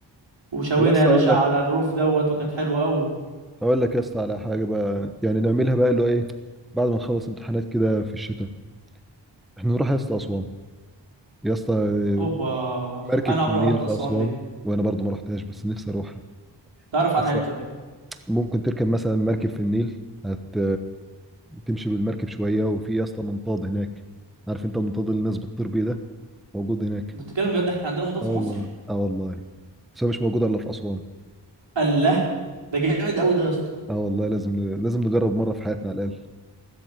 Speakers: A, on the right; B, in the centre.
A: وشوينا
B: بس
A: يا باشا
B: اقول لك
A: على الروف دوت وكانت حلوه قوي
B: اقول لك يا اسطى على حاجه بقى يعني نعملها بقى اللي هو ايه بعد ما نخلص امتحانات كده في الشتاء احنا نروح يا اسطى اسوان يا اسطى آه،
A: هوبا
B: مركب
A: انا
B: في
A: عمري
B: النيل
A: ما رحت اسوان
B: في اسوان
A: دي
B: وانا برضو ما رحتهاش بس نفسي اروحها
A: تعرف عنها
B: بس
A: ايه طيب
B: ممكن تركب مثلا مركب في النيل هت... تمشي بالمركب شوية وفي يا اسطى منطاد هناك عارف انت المنطاد اللي الناس بتطير بيه ده موجود هناك
A: انت بتتكلم جد احنا عندنا منطقه في
B: اه والله
A: مصر
B: اه والله بس هو مش موجود الا في أسوان
A: الله ده جامد قوي ده يا اسطى
B: اه والله لازم ن... لازم نجرب مرة في حياتنا على الأقل